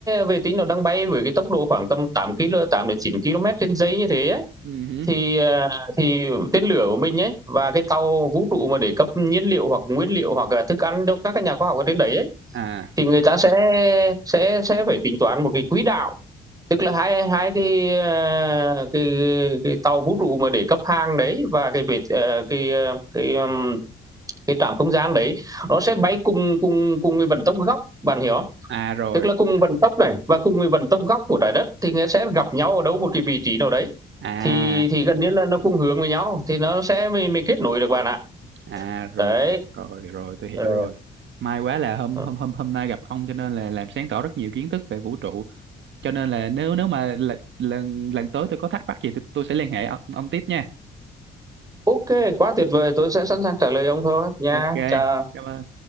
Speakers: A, on the right; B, on the right.
A: vệ tinh nó đang bay với cái tốc độ khoảng tầm tám ki-lô 8 đến 9 ki-lô-mét trên giây như thế ấy.
B: ừ, hứ.
A: Thì, à, thì tên lửa của mình ấy và cái tàu vũ trụ mà để cấp nhiên liệu hoặc nguyên liệu hoặc là thức ăn cho các cái nhà khoa học ở trên đấy ấy,
B: à
A: thì người ta sẽ sẽ sẽ phải tính toán một cái quỹ đạo tức là hai hai cái à, cái cái tàu vũ trụ mà để cấp hàng đấy và cái vệ à, cái ờ, cái um, cái trạm không gian đấy nó sẽ bay cùng cùng cùng với vận tốc góc bạn hiểu không?
B: à rồi
A: tức là cùng vận tốc này và cùng với vận tốc góc của trái đất thì nó sẽ gặp nhau ở đâu một cái vị trí nào đấy
B: à
A: thì thì gần như là nó cùng hướng với nhau thì nó sẽ mới, mới kết nối được bạn ạ
B: à rồi
A: đấy
B: rồi rồi tôi hiểu
A: Ờ,
B: rồi may quá là hôm
A: ờ.
B: hôm hôm hôm nay gặp ông cho nên là làm sáng tỏ rất nhiều kiến thức về vũ trụ cho nên là nếu nếu mà lần lần lần tới tôi có thắc mắc gì tôi tôi sẽ liên hệ ông, ông tiếp nha
A: ok quá tuyệt vời tôi sẽ sẵn sàng trả lời ông thôi nha
B: ok
A: chào
B: cảm ơn